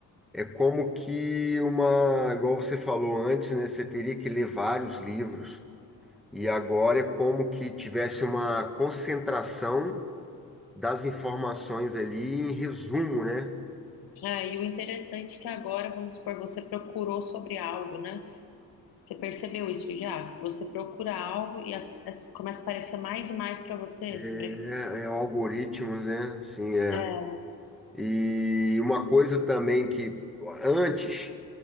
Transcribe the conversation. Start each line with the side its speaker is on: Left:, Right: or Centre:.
Centre: é como que uma, igual você falou antes, né? Você teria que ler vários livros. E agora é como que tivesse uma concentração das informações ali em resumo, né?
Left: É, e o interessante é que agora, vamos supor, você procurou sobre algo, né? Você percebeu isso já? Que você procura algo e as- as- começa a aparecer mais e mais para você
Centre: É,
Left: sobre.
Centre: é é algoritmos, né? Sim, é.
Left: É,
Centre: E uma coisa também que antes.